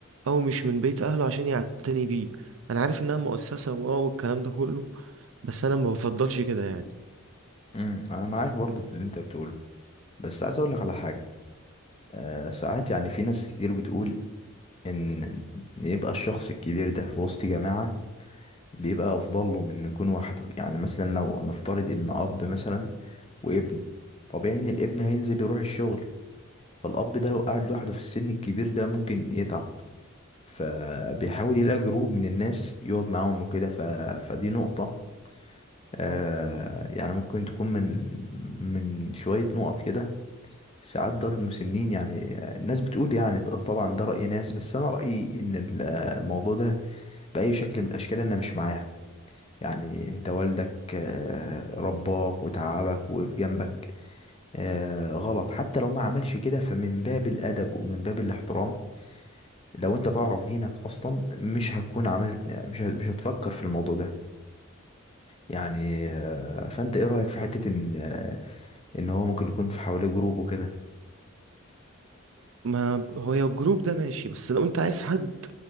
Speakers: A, on the right; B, on the left.
A: أو مش من بيت أهله عشان يعتني بيه أنا عارف إنها مؤسسة وآه والكلام ده كله بس أنا ما بفضلش كده يعني
B: امم انا معاك برضو في اللي انت بتقوله بس عايز اقول لك على حاجه آه ساعات يعني في ناس كتير بتقول ان إن يبقى الشخص الكبير ده في وسط جماعه بيبقى افضل له من إنه يكون وحده يعني مثلا لو نفترض ان اب مثلا وابن طبيعي ان الابن هينزل يروح الشغل فالأب ده لو قعد لوحده في السن الكبير ده ممكن يتعب فبيحاول يلاقي جروب من الناس يقعد معاهم وكده ف... فدي نقطة آه يعني ممكن تكون من من شوية نقط كده ساعات دار المسنين يعني آه، الناس بتقول يعني طبعا ده رأي ناس بس أنا رأيي إن ال- آه، الموضوع ده بأي شكل من الأشكال أنا مش معاه يعني أنت والدك آه، رباك وتعبك ووقف جنبك آه، غلط حتى لو ما عملش كده فمن باب الأدب ومن باب الاحترام لو انت تعرف دينك اصلا مش هتكون عملت مش هت- مش هتفكر في الموضوع ده يعني آه، فانت ايه رأيك في حتة ان آه، ان هو ممكن يكون في حواليه جروب وكده
A: ما هو يا الجروب ده ماشي بس لو انت عايز حد